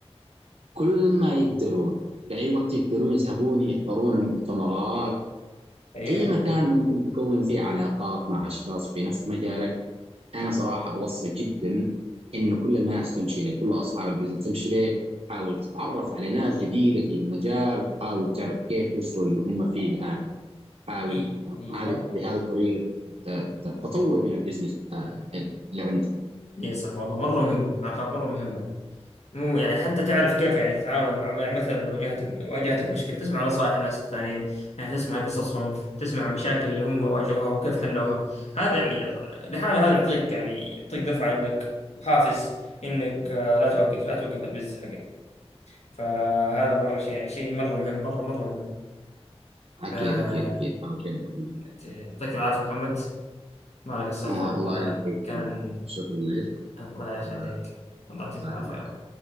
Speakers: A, on the right; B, on the left.
A: كل ما يقدرون في أي وقت يقدرون يسحبون يحضرون المؤتمرات
B: ايوه
A: أي مكان ممكن تكون فيه علاقات مع أشخاص في نفس مجالك أنا صراحة أوصي جدا إنه كل الناس تمشي له كل أصحاب البزنس تمشي له حاول تتعرف على ناس جديدة في المجال وحاول تعرف كيف وصلوا اللي هم فيه الآن حاول
B: اي اي
A: هذه
B: مره
A: بهذه الطريقة ت- ت- تطور من البزنس آه، اللي عندك
B: اي صح والله مره مهم العلاقات مره مهمه مو يعني حتى تعرف كيف يعني تتعامل مع مع- مثلا لو جاتك واجهتك مشكلة تسمع نصائح الناس الثانيين يعني تسمع قصصهم تسمع مشاكل اللي هم واجهوها وكيف حلوها هذا يعني لحاله هذا يعطيك يعني يعطيك دفعة انك وحافز انك آه، لا توقف لا توقف البزنس حقك فهذا مرة شيء يعني شيء مرة مهم مرة مرة مهم
A: أكيد
B: ف-
A: أكيد أكيد حاول شيء مهم جدا
B: أوكي. يعطيك العافية محمد ما قصرت
A: آه
B: والله
A: الله يعطيك
B: كان
A: آه، شكرا لك
B: الله يخليك
A: آه
B: الله يعطيك
A: جزاك
B: العافية
A: الله
B: يا رب